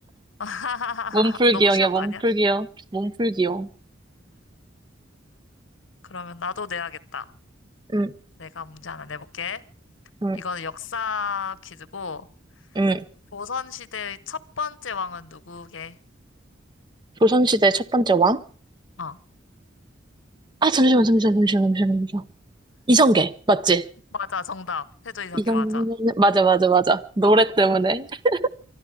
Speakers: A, on the left; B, on the right.
A: <laughs>
B: 몸풀기용이야
A: 너무 쉬운 거
B: 몸풀기용
A: 아니야?
B: 몸풀기용
A: 그러면 나도 내야겠다.
B: 응,
A: 내가 문제 하나 내볼게.
B: 응,
A: 이거는 역사 퀴즈고,
B: 응.
A: 조선시대의 첫 번째 왕은 누구게?
B: 조선시대 첫 번째 왕?
A: 어,
B: 아, 잠시만, 잠시만, 잠시만, 잠시만, 잠시만. 이성계, 맞지?
A: 맞아. 정답. 세조 이성계
B: 이성계,
A: 맞아.
B: 맞아, 맞아, 맞아. 노래
A: 어,
B: 때문에. <laughs>